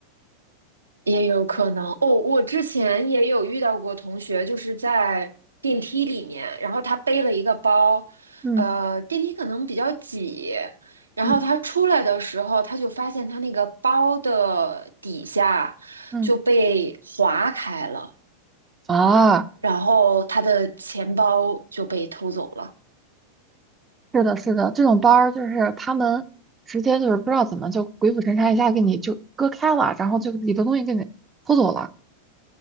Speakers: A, on the right; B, on the right.
A: 也有可能哦，我之前也有遇到过同学，就是在电梯里面，然后他背了一个包，
B: 嗯
A: 呃，电梯可能比较挤，然后他出来的时候，
B: 嗯
A: 他就发现他那个包的底下就被划开了，
B: 嗯，啊。
A: 然后他的钱包就被偷走了。
B: 是的，是的，这种班儿就是他们直接就是不知道怎么就鬼斧神差一下给你就割开了，然后就里头东西给你偷走了，